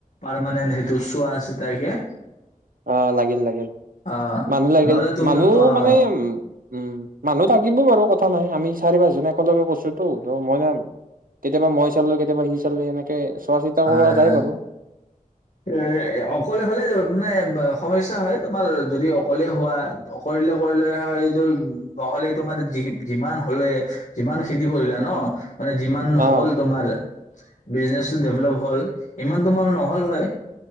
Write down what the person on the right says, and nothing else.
অ', লাগিল- লাগিল,
মানুহ লাগিল।
মানুহও
মানে উম্ উম', মানুহ থাকিব বাৰু কথা নাই, আমি চাৰি পাঁচজন একেলগে কৰিছোঁতো ত', মই ন', কেতিয়াবা মই চালো, কেতিয়াবা সি- চালে এনেকে চোৱা- চিতা
কৰোৱা যায় বাৰু।
অ